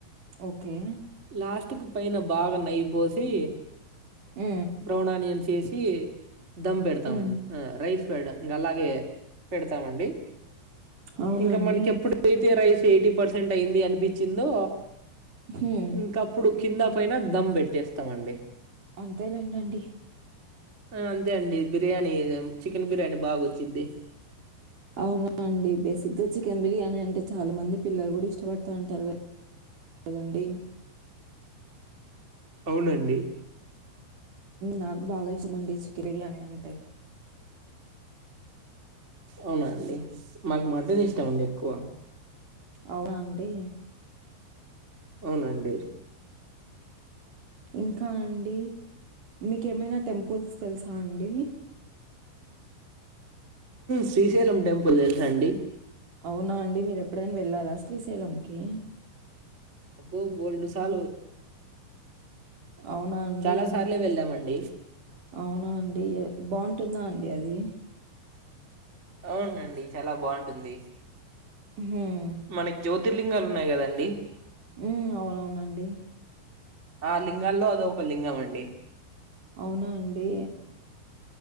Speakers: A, on the right; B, on the right.
A: ఓకే
B: లాస్టికి పైన బాగా నెయ్యి పోసి
A: మ్
B: బ్రౌన్ఆనియన్స్ వేసి దమ్ పెడతామండి.
A: హ్మ్.
B: రైస్ పెడం ఇంకా అలాగే పెడతామండి
A: అవునా
B: ఇంక
A: అండి?
B: మనకి ఎప్పుడు తే రైస్ ఎయిటీ పర్సెంట్ అయింది అనిపించిందో
A: హ్మ్.
B: ఇంకా ఇప్పుడు కింద పైన దమ్ పెట్టేస్తామండి.
A: అంతేలేండండి.
B: ఆ అంతే అండి బిర్యానీ. చికెన్ బిర్యానీ బాగా వచ్చిద్ది.
A: అవునా అండి బేసిక్గా చికెన్ బిర్యానీ అంటే చాలా మంది పిల్లలు కూడా ఇష్టపడతా ఉంటారు కదా. కదండి.
B: అవునండి
A: నాకు బాగా ఇష్టమండి చికెన్ బిర్యానీ అంటే
B: అవునా అండి మాకి మటన్ ఇష్టమండి ఎక్కువ.
A: అవునానండి.
B: అవునండి.
A: ఇంకా అండి మీకు ఏమైనా టెంపుల్స్ తెలుసా అండి?
B: శ్రీశైలం టెంపుల్ తెలుసు అండి.
A: అవునా అండి మీరు ఎప్పుడైనా వెళ్ళారా శ్రీశైలంకి?
B: అబ్బో బోల్డ్ సార్లు
A: అవునా అండి?
B: చాలా సార్లే వెళ్ళామండి.
A: అవునా అండి బాగుంటుందా అండి అది.
B: అవునండి చాలా బాగుంటుంది.
A: హ్మ్.
B: మనకి జ్యోతి ర్లింగాలు ఉన్నాయి కదండి.
A: ఉ అవునవునండి
B: ఆ లింగాల్లో అదొక లింగం అండి.
A: అవునా అండి.